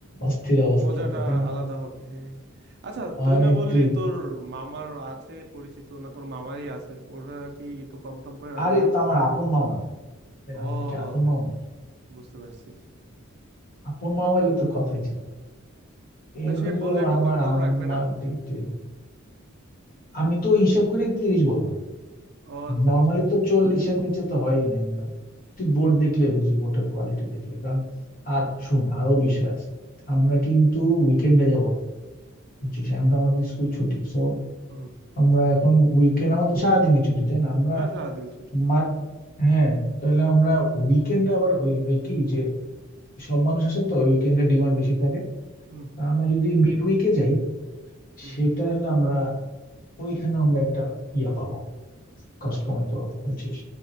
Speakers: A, on the left; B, on the right.
A: অস্থির অবস্থা
B: মজাটা
A: হবে তাই না
B: আলাদা হবে হ্যাঁ হ্যাঁ। আচ্ছা
A: মানে
B: তুই না বললি
A: তুই
B: তোর মামার আছে পরিচিত না তোর মামারই আছে ওরা কি একটু কম টম করে রাখা
A: আরে
B: যাবে
A: তো
B: না
A: আমার আপন মামা না এই
B: ও
A: আমার কি আপন মামা নাকি
B: বুঝতে পারছি
A: আপন মামা হইলে তো কথাই ছিল না। এ
B: তা সে
A: হইলো
B: বললে একটু
A: আমার
B: কম টম
A: আমার
B: রাখবে না
A: দেখতে আমি তো হিসাব করে তিরিশ বললাম
B: ও আচ্ছা
A: নর্মালি
B: আচ্ছা
A: তো চল্লিশের নিচে তো হয়ই না এগুলো তুই বোর্ড দেখলে বুঝি বোর্ডের কোয়ালিটি দেখলে কারণ আর শুন আরো বিষয় আছে আমরা
B: হুম
A: কিন্তু উইকেন্ডে যাব না বুঝছিস এখন তো আমাদের স্কুল ছুটি সো
B: হুম
A: আমরা এখন উইকেন্ড আমাদের সারাদিনই ছুটি তাই না আমরা
B: না, সারাদিন ছুটি
A: মার হ্যাঁ তাহলে আমরা উইকেন্ডে আবার ওই হয় কি যে সব মানুষ আসে তো উইকেন্ডে ডিমান্ড বেশি থাকে
B: হুম
A: তা আমরা যদি মিড উইকে যাই
B: হুম
A: সেটা
B: হুম
A: হলে আমরা ওইখানে আমরা একটা ইয়া পাবো কষ্ট কমাইতে পারবো বুঝছিস